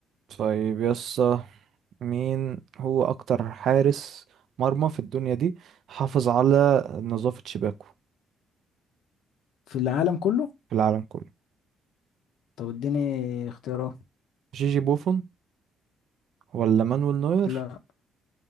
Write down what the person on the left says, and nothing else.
في العالم كله
طب اديني اختيارات
لا